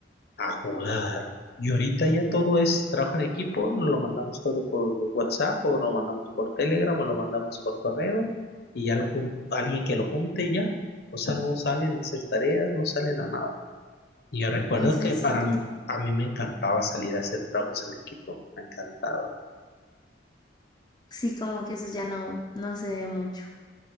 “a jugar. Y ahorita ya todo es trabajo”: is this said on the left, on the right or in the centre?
Left